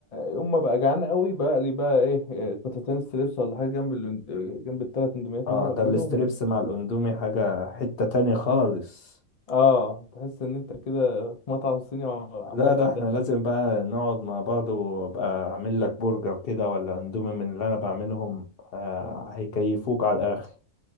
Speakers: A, on the left (about 75°); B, on the left (about 50°).
A: يوم ما بقى جعان قوي بقى لي بقى ايه إيه، قطعتين ستريبس ولا حاجة جنب ال... جنب الثلاث اندوميات
B: اه
A: اللي انا بعملهم
B: ده الاستريبس مع الاندومي حاجة حتة تانية خالص
A: اه تحس ان انت كده في مطعم صيني وعم- عمال
B: لا ده
A: تتدلع
B: احنا لازم بقى نقعد مع بعض وابقى اعمل لك برجر كده ولا اندومي من اللي انا بعملهم آه هيكيفوك على الاخر